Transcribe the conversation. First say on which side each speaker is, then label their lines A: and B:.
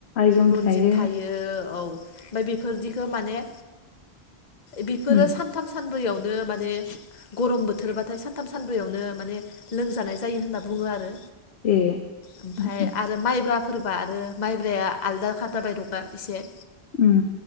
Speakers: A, on the left; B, on the left.
A: आइजन
B: रनजित
A: थायो
B: थायो औ ओमफ्राय बेफोरदिखौ माने बेफोरो
A: उम
B: सानथाम सानब्रैयावनो नो माने गरम बोथोरबाथाय सानथाम सानब्रैयावनो माने लोंजानाय जायो होनना बुङो आरो।
A: ए
B: ओमफाय
A: उम
B: आरो माइब्रा फोरबा आरो माइब्राया आलदा खा जाबायदगा एसे
A: उम